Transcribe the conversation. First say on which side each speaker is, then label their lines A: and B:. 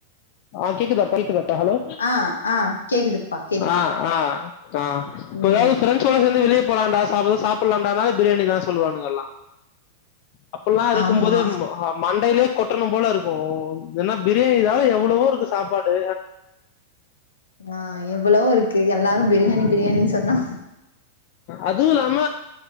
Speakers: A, on the left; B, on the left.
A: ஆ கேக்குதா கேக்குதா ஹலோ
B: ஆ ஆ கேக்குதுப்பா கேக்குது
A: ஆ ஆ ஆ இப்ப
B: ம்
A: ஏதாவது பிரென்சோட சேந்து வெளிய போலான்டா சாப்ப எதா சாப்பிடலாண்டானாலே பிரியாணி தா சொல்லுவானுங்க எல்லா அப்பல்லா இருக்கம்போது
B: ஆமா
A: மண்டையிலே கொ ட்ரணும்போல இருக்கு என்னனா பிரியாணி எதா எவ்ளவோ இருக்கு சாப்பாடு
B: ஆ எவ்வளோ இருக்கு எல்லாரு பிரியாணி பிரியாணின் சொன்னா
A: அதுவு இல்லாம